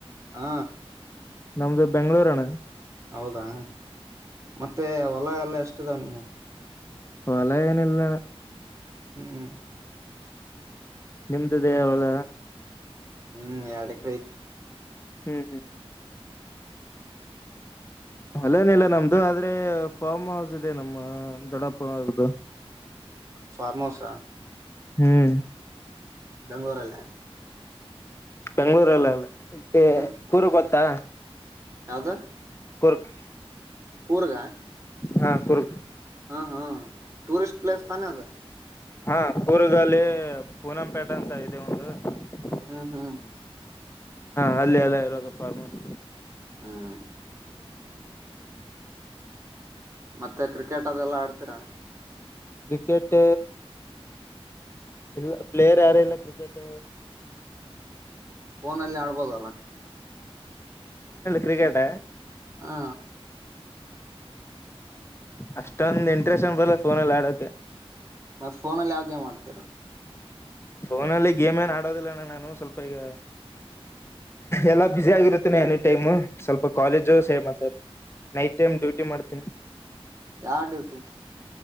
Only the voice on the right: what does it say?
ಹಾ
ಹೌದಾ ಮತ್ತೆ ಹೊಲ ಎಲ್ಲ ಎಷ್ಟಿದಾವ ನಿವು
ಹ್ಮ್
ಹ್ಮ್ ಎರಡ್ ಎಕ್ರ ಐತ್
ಫಾರ್ಮ್ ಹೌಸಾ
ಬೆಂಗ್ಳೂರು ಅಲ್ಲ
ಹ್ಮ್
ಯಾವ್ದ
ಕೂರ್ಗ
ಹಾ ಹಾ ಟೂರಿಸಿಸ್ಟ್ ಪ್ಲೇಸ್ ತಾನೆದೆ
ಹ್ಮ್ ಹ್ಮ್
ಹ್ಮ್ ಮತ್ತೆ ಕ್ರಿಕೆಟ್ ಅದೆಲ್ಲಾ ಆಡ್ತೀರಾ
ಫೋನಲ್ಲಿ ಆಡ್ಬೋದಲ್ಲ
ಹಾ
ಮತ್ತತ್ ಫೋನಲ್ಲಿ ಯಾವೇ ಮಾಡ್ತೀರಾ
ಹ್ಮ್
ಯಾವ ಡ್ಯೂಟಿ